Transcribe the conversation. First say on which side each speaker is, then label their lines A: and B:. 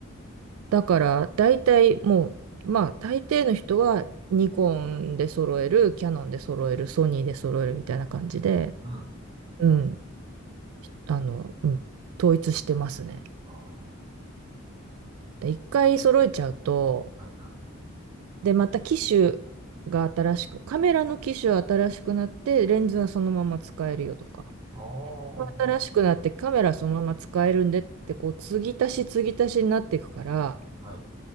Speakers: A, on the right (about 85°); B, on the right (about 25°).
A: だから、大体もう、まあ、大抵の人はニコンで揃える、キヤノンで揃える、ソニーで揃えるみたいな感じで、
B: ん。
A: うん、あの、うん、統一してますね。
B: ああ、
A: で一回揃えちゃうと、
B: はいはい。
A: で、また機種が新しく、カメラの機種は新しくなって、レンズはそのまま使えるよとか、
B: ああ、
A: 新しくなってカメラそのまま使えるんでって、こう、継ぎ足し継ぎ足しになっていくから、
B: はい。